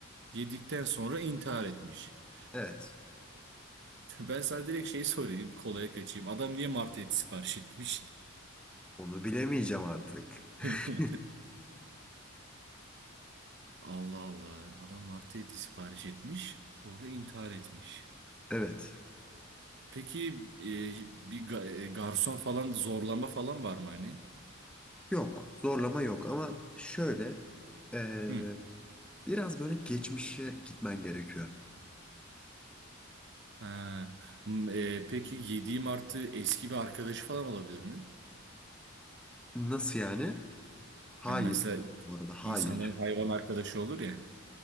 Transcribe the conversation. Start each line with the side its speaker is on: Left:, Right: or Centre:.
Right: Yedikten sonra intihar etmiş. <laughs>
Centre: Evet.
Right: Ben sana direkt şey sorayım. Kolaya kaçayım. Adam niye martı eti sipariş etmiş?
Centre: Onu bilemeyeceğim artık. <laughs>
Right: <laughs> Allah Allah. Adam martı eti sipariş etmiş. Sonra intihar etmiş.
Centre: Evet.
Right: Peki e, bir ga- e, garson falan zorlama falan var mı hani?
Centre: Yok. Zorlama yok ama şöyle eee,
Right: Hı.
Centre: biraz böyle geçmişe gitmen gerekiyor.
Right: Ha. M- e, peki yediği martı eski bir arkadaşı falan olabilir mi?
Centre: Nasıl yani? Hayır.
Right: Hani mesela
Centre: Bu arada hayır.
Right: İnsanların hayvan arkadaşı olur ya.